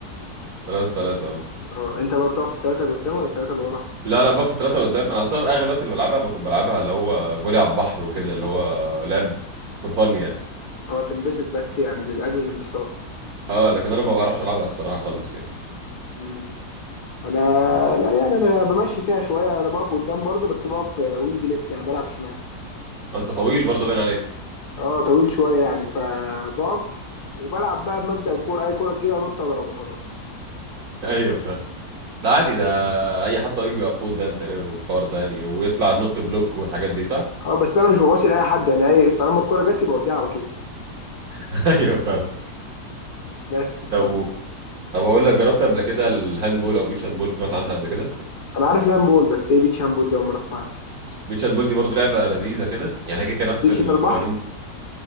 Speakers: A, on the right; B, on the left.
A: ثلاثة ثلاثة اه
B: اه انت بقى بتقف في الثلاثه اللي قدام ولا الثلاثه اللي ورا
A: لا انا بقى في ثلاثة قدام انا اصلا اغلب الوقت اللي بلعبها بكون بلعبها اللي هو فولي على البحر وكده اللي هو لعب فور فن يعني
B: اه تنبسط بس يعني لاجل الانبساط
A: اه لكن انا ما بعرفش العبها الصراحة خالص يعني
B: امم انا
A: انت فاهم
B: لا يعني انا بمشي فيها شويه انا بقف قدام برضو بس بقف وينج ليفت يعني بلعب شمال
A: انت طويل برضو باين عليك
B: اه طويل شويه يعني فبقف وبلعب بقى بمبدأ الكوره اي كوره تجيلي انط اضرب وخلاص
A: ايوه فاهم ده
B: ف-
A: عادي ده اي حد طويل بيقف قدام تقريبا والحوار ده يعني ويطلع نوت بلوك والحاجات دي صح
B: اه بس انا مش بباصي لاي حد يعني اي طالما الكوره جات لي بوديها على طول
A: <laughs> ايوه فاهمك
B: بس
A: طب
B: ف
A: طب اقول لك جربت قبل كده الهاند بول او بيتش هاند بول سمعت عنها قبل كده
B: انا عارف لامبول بس ايه بيتش هامبول دي اول مره اسمع عنها
A: بيتش هاند بول دي برضو لعبه لذيذه كده يعني هي كده
B: مش
A: نفس
B: بيتش
A: القوانين
B: ده البحر